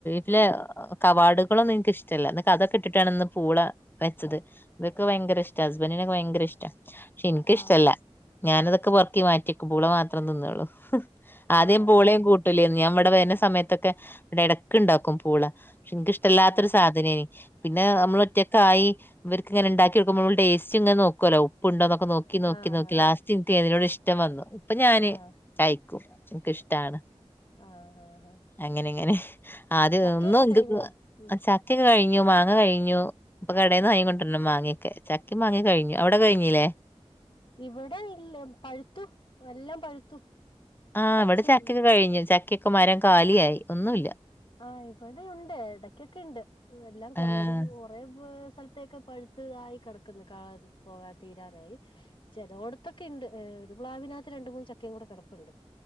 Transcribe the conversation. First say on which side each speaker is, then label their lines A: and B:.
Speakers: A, on the left (about 20°); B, on the left (about 50°).
A: പിന്നെ. ൽ കവാടുകളോനിക്ക് ഇഷ്ടല്ല അതൊക്കെ ഇട്ടിട്ടാണ് ഇന്ന് പൂള വെച്ചത് ഇതൊക്കെ ഭയ. യങ്കര ഇഷ്ട ഹസ്ബൻഡിനൊക്കെ ഭയങ്കര ഇഷ്ട. പക്ഷെ എനിക്കിഷ്ടല്ല
B: ആഹ്
A: ഞാനതൊക്കെ പെറുക്കിമാറ്റിയക്കും പൂള മാത്രം തിന്നൊള്ളൂ. ആദ്യം
B: ആഹ്
A: പൂളയും കൂട്ടൂലന്ന് ഞാൻ ഇവിടെ വരുന്ന സമയത്തൊക്കെ ഇവിടെ എടക്കിണ്ടാക്കും പൂള. പക്ഷെ എനക്ക് ഇഷ്ടല്ലാത്തൊരു
B: ആഹ്
A: സാധനെനി പിന്നെ നമ്മൾ
B: ആഹ്
A: ഒറ്റക്കായി. ഇവര്ക്ക് ഇങ്ങനെണ്ടാക്കിയോക്കുമ്പോ മ്മള് ടേസ്റ്റ് ഇങ്ങനനോക്കുവലോ ഉപ്പിണ്ടൊന്നൊക്കെ നോക്കി നോക്കി
B: ആഹ്
A: നോക്കി
B: ആഹ്
A: ലാസ്റ്റിനിക്ക് അതിനോട് ഇഷ്ട്ട.. ഇഷ്ടം വന്നു അപ്പൊ
B: ആഹ്
A: ഞാന്
B: ആഹ്
A: കഴിക്കും എനക്കഇഷ്ടാണ്.
B: ആഹ് ആഹ്
A: അങ്ങനെ ഇങ്ങനെ ആദ്യ
B: ചക്കയൊക്കെ
A: ഒന്നും
B: കഴിഞ്ഞോ ഉം
A: ചക്കയൊക്കെ കഴി. ഞ്ഞു മാങ്ങ കഴിഞ്ഞു ഇപ്പൊ കടയിൽന്ന് വങ്ങികൊണ്ടരണം
B: ആഹ്
A: മാങ്ങയൊക്കെ. ചക്കി മാങ്ങി കഴിഞ്ഞു അവിടെ കഴിഞ്ഞല്ലേ.
B: ഇവിടെ ഇല്ല പഴുത്തു എല്ലാം പഴുത്തു.
A: ആഹ്
B: പച്ചയില്ല
A: ഇവിടെ ചക്കൊക്കെ കഴിഞ്ഞു ചക്കയൊക്കെ മരം കാലിയായി ഒന്നുല്ല.
B: ആഹ് ഇവിടെ ഉണ്ട് എടക്കൊക്കെ ഉണ്ട് എല്ലാം കൊറ
A: ആഹ്
B: ഒരു കൊറെ. സ്ഥലത്തേക്കെ പഴുത്തതായി കിടക്കുന്ന പോകാ തീരാനായി ചിലവടത്തൊക്കെയിണ്ട്. ഏ ഒരു പ്ലാവിനകത്ത് രണ്ട്‌ മൂന്ന് ചക്കയും കൂടെ കിടപ്പുണ്ട്.